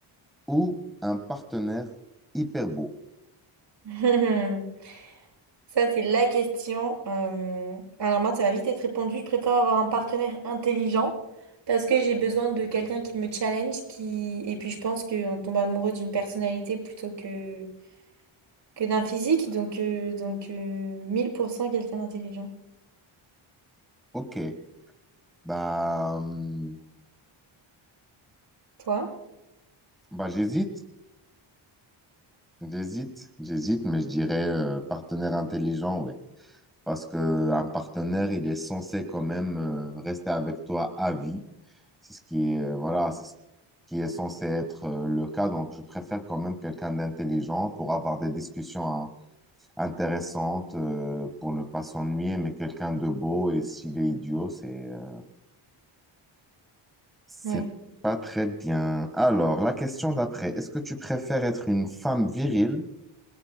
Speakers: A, in the centre; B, on the right (about 60°).
A: ou un partenaire hyper beau?
B: ça. <laughs> Ça, c'est la question. Euh, Alors moi, ça va vite être répondu. Je préfère avoir un partenaire intelligent parce que j'ai besoin de quelqu'un qui me challenge, qui... Et puis je pense qu'on tombe amoureux d'une personnalité plutôt que, que d'un physique. Donc, euh, donc euh, 1000% quelqu'un d'intelligent.
A: Ok, bah, hum,
B: Toi?
A: bah j'hésite. J'hésite, j'hésite, mais je dirais euh, partenaire intelligent, ouais. Parce que euh, un partenaire, il est censé quand même euh, rester avec toi à vie. C'est ce qui est, euh, voilà, c'est ce qui est censé être euh, le cas. Donc, je préfère quand même quelqu'un d'intelligent pour avoir des discussions hein, intéressantes, euh, pour ne pas s'ennuyer, mais quelqu'un de beau. Et s'il est idiot, c'est euh, c'est
B: Oui.
A: pas très bien. Alors, la question d'après, est-ce que tu préfères être une femme virile